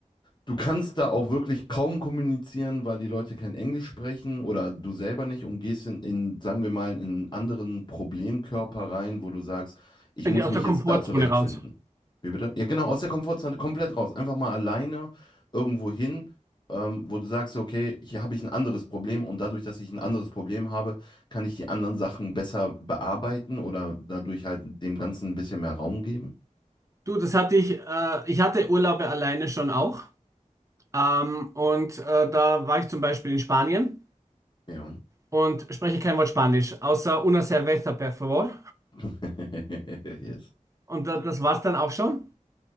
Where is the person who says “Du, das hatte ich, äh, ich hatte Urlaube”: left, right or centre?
Right